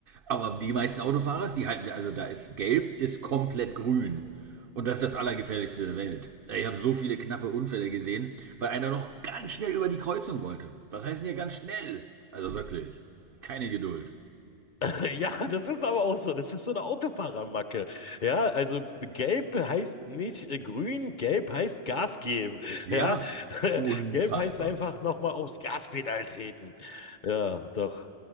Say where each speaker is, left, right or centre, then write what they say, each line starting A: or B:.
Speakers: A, on the right; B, on the left.
A: Aber die meisten Autofahrer, die halten, also da ist gelb, ist komplett grün. Und das ist das Allergefährlichste der Welt. Ich habe so viele knappe Unfälle gesehen, weil einer noch ganz schnell über die Kreuzung wollte. Was heißt denn hier ganz schnell? Also wirklich, keine Geduld.
B: <laughs> Ja, das ist aber auch so. Das ist so eine Autofahrermacke. Ja, also gelb heißt nicht äh, grün, gelb heißt Gas geben.
A: Ja,
B: Ja, <laughs>
A: unfassbar.
B: gelb heißt einfach nochmal aufs Gaspedal treten. Ja, doch.